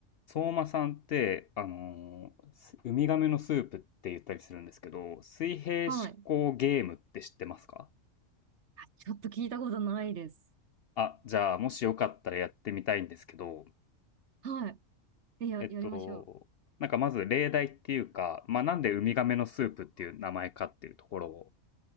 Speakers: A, on the left; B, on the right.
A: 相馬さんって、あのーすウミガメのスープって言ったりするんですけど、水平思考ゲームって知ってますか
B: はい。いやちょっと聞いたことないです。
A: あ、じゃあ、もしよかったらやってみたいんですけど、
B: はい。え、や、
A: えっと、
B: やりましょう。
A: なんかまず例題っていうか、まあ、なんでウミガメのスープっていう名前かっていうところを